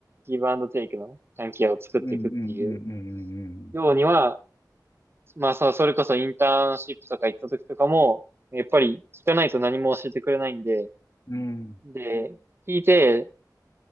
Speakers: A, on the right; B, on the left.
A: ギブアンドテイクの関係を作っていくっていう
B: うん、うん、うん、
A: ようには、まあ、そそれこそインターンシップとか行った時とかも、やっぱり聞かないと何も教えてくれないんで、
B: うん、うん、うん、
A: で、聞いて、